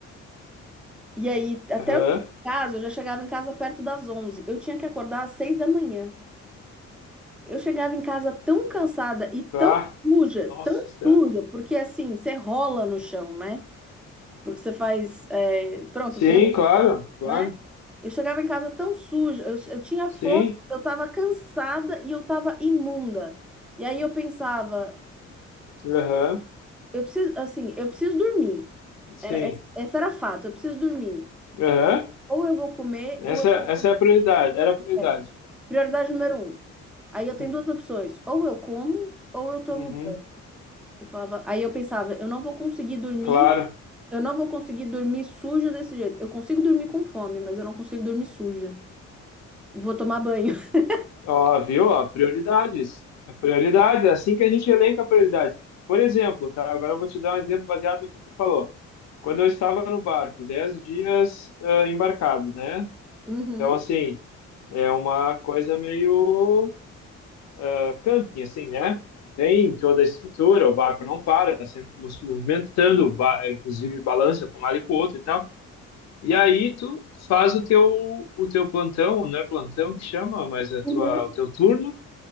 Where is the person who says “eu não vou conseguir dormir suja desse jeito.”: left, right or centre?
Centre